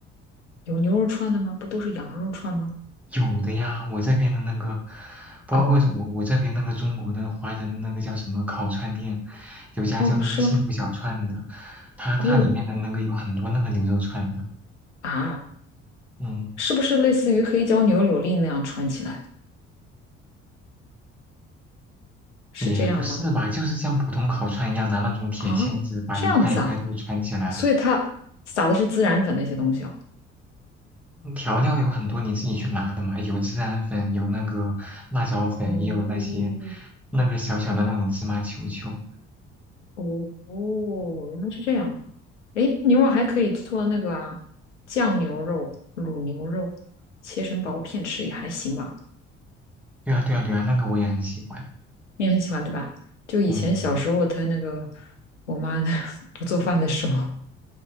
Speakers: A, on the left; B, in the centre.
A: 有牛肉串的吗？不都是羊肉串吗？
B: 有的呀，我这边的那个，包括我我这边那个中国的华人那个叫什么烤串店，
A: 哦
B: 有家叫那个幸福小串的，
A: 哦，是吗？
B: 它它里面的那个有很多那个牛肉串的，
A: 哦啊。
B: 嗯，
A: 是不是类似于黑椒牛柳粒那样穿起来？是这样吗？
B: 也不是吧，就是像普通烤串一样，拿那种铁签子把一块一块肉串起来，
A: 啊，这样子啊，所以它撒的是孜然粉那些东西哦。
B: 嗯调料有很多你自己去拿的嘛，有孜然粉，有那个辣椒粉，
A: 哦
B: 也有那些那个小小的那种芝麻球球，
A: 哦哦，原来是这样。诶，牛肉还可以做那个啊，酱牛肉、卤牛肉，切成薄片吃也还行吧。
B: 对啊对啊对啊，那个我也很喜欢，
A: 你很喜欢对吧？就以前小时候，
B: 嗯。
A: 他那个我妈呢 <laughs> 不做饭的时候，